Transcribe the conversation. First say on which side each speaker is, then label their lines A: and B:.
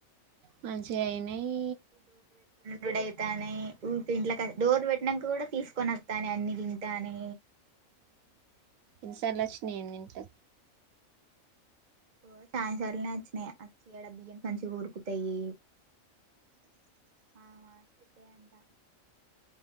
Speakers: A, on the right; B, on the right.
A: మంచిగా అయినాయి
B: రెడైతానాయి ఊ ఇంట్ల కాడ డోర్ పెట్ నంకా కూడా తీసుకొని వస్తాలే అన్ని తింటానే
A: ఈ సర్లే వచ్చినాయి అన్ని ఇంట్లో
B: ఓ సాయంకాలనే వచ్చినాయి వచ్చి ఈడ బియ్యం సంచి కొరుకుతాయి ఆ వచ్చితే దా